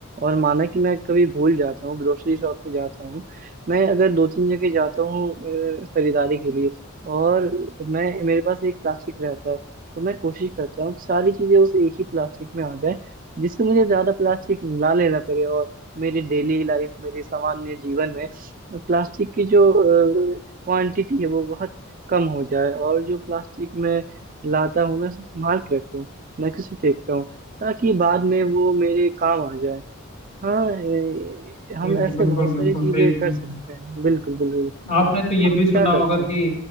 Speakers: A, on the right; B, on the left.
A: और माना कि मैं कभी भूल जाता हूँ ग्रोसरी शॉप पे जाता हूँ मैं अगर दो तीन जगह जाता हूँ अ, खरीदारी के लिए और मैं मेरे पास एक प्लास्टिक रहता है तो मैं कोशिश करता हूँ कि सारी चीजें उस एक ही प्लास्टिक में आ जाए जिससे मुझे ज्यादा प्लास्टिक ना लेना पड़े और मेरी डेली लाइफ मेरी सामान्य जीवन में प्लास्टिक की जो क्वांटिटी है वो बहुत कम हो जाए और जो प्लास्टिक मैं लाता हूँ मैं उसे संभाल के रखता हूँ मैं किसी फेंकता हूँ ताकि बाद में वो मेरे काम आ जाए हाँ ए, हम
B: बिल्कुल
A: ऐसे
B: बिल्कुल
A: बहुत सारी
B: बिल्कुल
A: चीजें
B: सही
A: कर
B: बिल्कुल
A: सकते हैं बिल्कुल बिल्कुल
B: आपने तो ये
A: आप
B: भी सुना
A: क्या करते
B: होगा कि
A: हैं